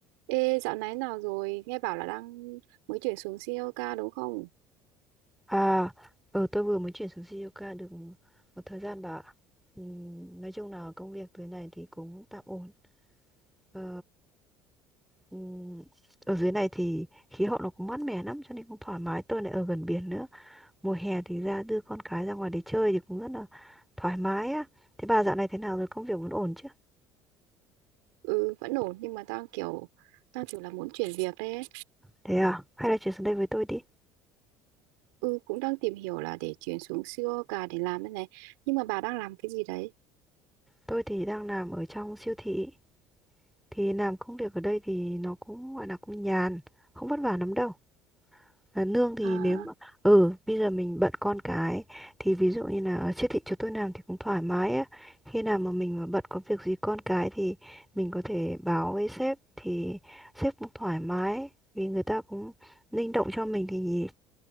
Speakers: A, on the right (about 80°); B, in the centre.
A: Ê, dạo này nào rồi? Nghe bảo là đang mới chuyển xuống COK đúng không?
B: À, ừ, tôi vừa mới chuyển xuống Sri Lanka được một thời gian bà ạ. Ừm, nói chung là công việc dưới này thì cũng tạm ổn. Ờ, ừm, ở dưới này thì khí hậu nó cũng mát mẻ lắm cho nên cũng thoải mái. Tôi lại ở gần biển nữa. Mùa hè thì ra đưa con cái ra ngoài để chơi thì cũng rất là thoải mái á. Thế bà dạo này thế nào rồi? Công việc vẫn ổn chứ?
A: Ừ, vẫn ổn nhưng mà đang kiểu đang kiểu là muốn chuyển việc đấy. ấy.
B: Thế à? Hay là chuyển xuống đây với tôi đi.
A: Ừ, cũng đang tìm hiểu là để chuyển xuống COK để làm đây này. Nhưng mà bà đang làm cái gì đấy?
B: Tôi thì đang làm ở trong siêu thị. Thì làm công việc ở đây thì nó cũng gọi là cũng nhàn, không vất vả lắm đâu. và nương thì
A: À,
B: nếu mà ừ bây giờ mình bận con cái thì ví dụ như là ở siêu thị chỗ tôi làm thì cũng thoải mái á khi nào mà mình mà bận có việc gì con cái thì mình có thể báo với sếp thì sếp cũng thoải mái vì người ta cũng linh động cho mình thì